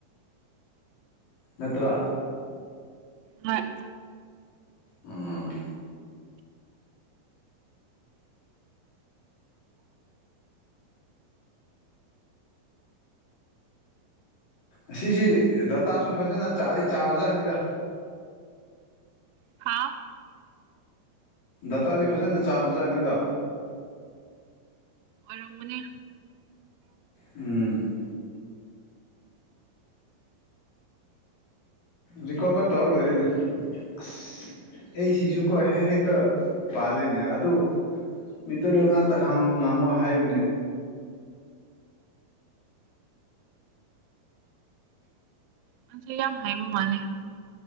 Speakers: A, on the left; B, on the right.
A: ꯅꯠꯇ꯭ꯔ
B: ꯍꯣꯏ
A: ꯎꯝ ꯑꯁꯤꯁꯤ ꯗꯇꯥꯁꯨ ꯐꯖꯅ ꯆꯥꯗꯤ ꯆꯥꯕꯖꯥꯠꯅꯤꯗ
B: ꯍꯥꯥꯎ
A: ꯗꯇꯥꯗꯤ ꯐꯖꯅ ꯆꯥꯕ ꯖꯥꯠꯅꯤꯗ
B: ꯑꫭꯏꯔꯝꯒꯅꯤ
A: ꯎꯝ ꯔꯤꯀꯣꯚꯔ ꯇꯧꯔ ꯂꯣꯏꯔꯦꯅꯦ ꯑꯁ ꯑꯩ ꯁꯤꯁꯨ ꯍꯦ ꯍꯦꯛꯇ ꯄꯥꯜꯂꯤꯅꯦ ꯑꯗꯨ ꯃꯤꯇꯩꯇ ꯉꯥꯛꯇ ꯈꯪꯉꫭ ꯉꯥꯡꯉꯣꯑꯣ ꯍꯥꯏꯕꯅꯦ
B: ꯅꯪꯁꯦ ꯌꯥꯝ ꯍꯥꯏꯕ ꯃꯥꯜꯂꯦ